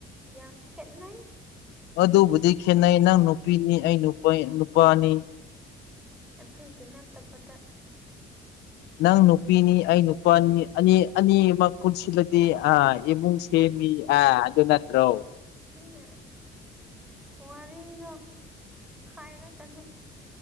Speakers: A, in the centre; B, on the left.
A: ꯌꯥꯝ ꯈꯦꯠꯅ
B: ꯑꯗꯨꯕꯨꯗꯤ ꯈꯦꯅꯩ ꯅꯪ ꯅꯨꯄꯤꯅꯤ ꯑꯩ ꯅꯨꯄꯥꯅꯤ
A: ꯑꯗꯨꯒꯤꯅꯥ ꯇꯥꯕꯗ
B: ꯅꯪ ꯅꯨꯄꯤꯅꯤ ꯑꯩ ꯅꯨꯄꯥꯅꯤ ꯑꯅꯤ ꯑꯅꯤꯃꯛ ꯄꯨꯟꯁꯤꯜꯂꯗꯤ ꯑ ꯏꯃꯨꯡꯁꯦ ꯑ ꯅꯠꯇ꯭ꯔꯣ
A: ꯎꯝ ꯋꯥꯔꯤꯗ ꯈꯥꯏꯔ ꯀꯗꯣ